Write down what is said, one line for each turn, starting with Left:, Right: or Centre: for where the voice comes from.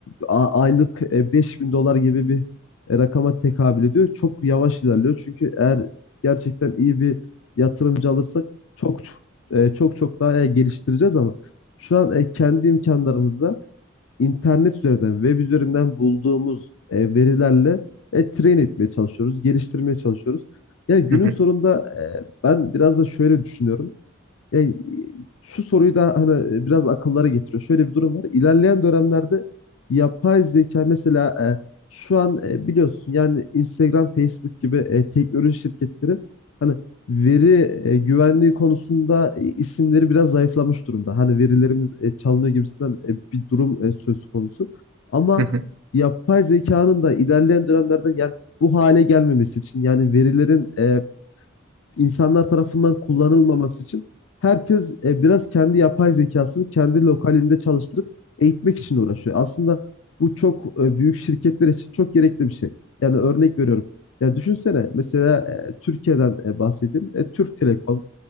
Left: a- aylık e, 5000 dolar gibi bir e, rakama tekabül ediyor. Çok yavaş ilerliyor. Çünkü eğer gerçekten iyi bir yatırımcı alırsak çok ç- e, çok çok daha e, geliştireceğiz ama şu an e, kendi imkanlarımızla internet üzerinden, web üzerinden bulduğumuz e, verilerle e, train etmeye çalışıyoruz, geliştirmeye çalışıyoruz. Yani günün
Right: <laughs>
Left: sonunda e, ben biraz da şöyle düşünüyorum. Yani şu soruyu da hani biraz akıllara getiriyor. Şöyle bir durum var. İlerleyen dönemlerde yapay zeka mesela e, şu an e, biliyorsun yani Instagram, Facebook gibi e, teknoloji şirketleri hani veri e, güvenliği konusunda e, isimleri biraz zayıflamış durumda. Hani verilerimiz e, çalınıyor gibisinden e, bir durum e, söz konusu. Ama
Right: Hı hı,
Left: yapay zekanın da ilerleyen dönemlerde yani bu hale gelmemesi için yani verilerin e, insanlar tarafından kullanılmaması için herkes e, biraz kendi yapay zekasını kendi lokalinde çalıştırıp eğitmek için uğraşıyor. Aslında bu çok e, büyük şirketler için çok gerekli bir şey. Yani örnek veriyorum. Ya düşünsene mesela e, Türkiye'den e, bahsedeyim. E, Türk Telekom,